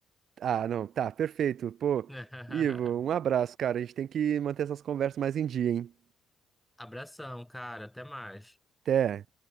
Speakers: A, on the right; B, in the centre.
A: Ah, não, tá, perfeito. Pô,
B: <laughs>
A: Ivo, um abraço, cara. A gente tem que manter essas conversas mais em dia, hein?
B: Abração, cara, até mais.
A: Até.